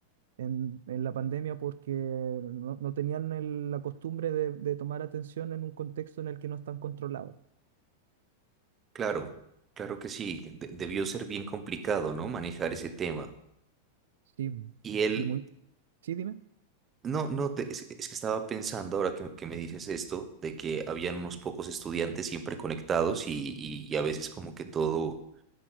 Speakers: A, on the right (about 80°); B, on the right (about 20°).
A: en, en la pandemia porque no, no tenían el- la costumbre de, de tomar atención en un contexto en el que no están controlados.
B: Claro, claro que sí. de- debió ser bien complicado, ¿no? Manejar ese tema.
A: Sí,
B: Y él,
A: sí, muy, sí, dime.
B: No, no, te- es, es que estaba pensando ahora que, que me dices esto, de que habían unos pocos estudiantes siempre conectados y, y- y a veces como que todo,